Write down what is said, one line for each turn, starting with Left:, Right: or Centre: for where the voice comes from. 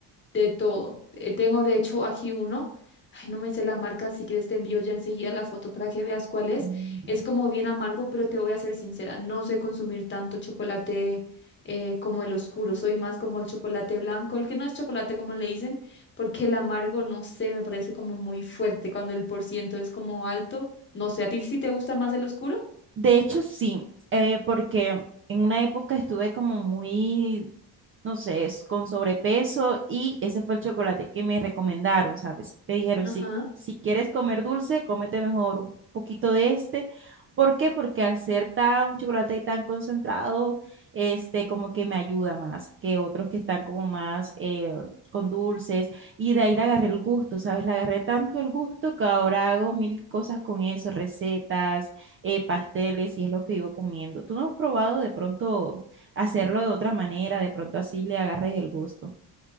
Left: De todo. Eh, tengo de hecho aquí uno. Ay, no me sé la marca. Si quieres te envío ya enseguida la foto para que veas cuál es.
Right: Mm.
Left: Es como bien amargo, pero te voy a ser sincera. No sé consumir tanto chocolate eh, como el oscuro. Soy más como el chocolate blanco, el que no es chocolate como le dicen, porque el amargo, no sé, me parece como muy fuerte cuando el por ciento es como alto. No sé, ¿a ti sí te gusta más el oscuro?
Right: De hecho, sí, eh, porque en una época estuve como muy no sé, es con sobrepeso y ese fue el chocolate que me recomendaron, ¿sabes? Me dijeron,
Left: ajá
Right: si, si quieres comer dulce, cómete mejor un poquito de este. ¿Por qué? Porque al ser tan, un chocolate tan concentrado, este, como que me ayuda más que otros que están como más eh, con dulces. Y de ahí le agarré el gusto, ¿sabes? Le agarré tanto el gusto que ahora hago mil cosas con eso, recetas, eh, pasteles, y es lo que vivo comiendo. ¿Tú no has probado de pronto hacerlo de otra manera, de pronto así le agarres el gusto.